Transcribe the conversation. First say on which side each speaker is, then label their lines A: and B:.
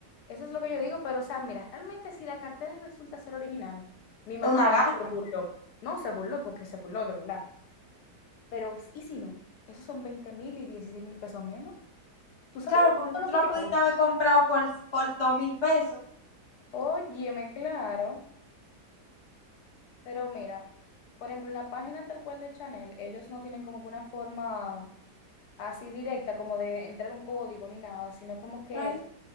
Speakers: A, on the left (about 75°); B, on the left (about 30°).
A: Eso es lo que yo digo, pero o sea, mira, realmente si la cartera resulta ser original, mi mamá
B: eh, una ganga.
A: se burló. No se burló porque se burló de verdad, pero ¿y si no? Esos son 20 mil y 16 mil pesos menos. ¿Tú sabes
B: Claro,
A: lo,
B: porque
A: todo
B: tú
A: lo que
B: la
A: yo
B: pudiste
A: hago?
B: haber comprado por, por dos mil pesos.
A: Óyeme, claro, pero mira, por ejemplo, en la página tal cual de Chanel, ellos no tienen como que una forma así directa, como de entrar un código ni nada, sino como que,
B: Pero